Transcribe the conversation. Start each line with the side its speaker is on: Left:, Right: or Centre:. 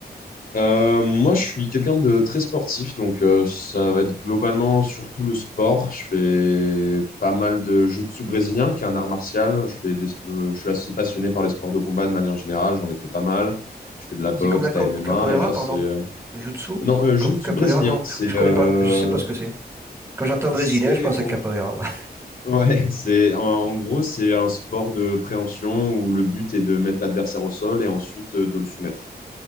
Left: Euh, moi, je suis quelqu'un de très sportif, donc euh, ça va être globalement surtout le sport. Je fais pas mal de jiu-jitsu brésilien, qui est un art martial. Je fais des, euh, je suis assez passionné par les sports de combat de manière générale. J'en ai fait pas mal. Je fais de la boxe,
Right: C'est comme la
Left: de
Right: cop-
Left: la MMA,
Right: capoeira,
Left: et là c'est
Right: pardon.
Left: euh,
Right: Le Jutsu?
Left: non euh, jiu-jitsu
Right: Cop- Capoeira?
Left: brésilien.
Right: Non,
Left: C'est
Right: je, je connais
Left: euh,
Right: pas. Je sais pas ce que c'est. Quand j'entends
Left: c'est
Right: brésilien, je pense
Left: en...
Right: à capoeira. ouais.
Left: ouais, <laughs> c'est en, en gros c'est un sport de préhension où le but est de mettre l'adversaire au sol et ensuite euh, de le soumettre.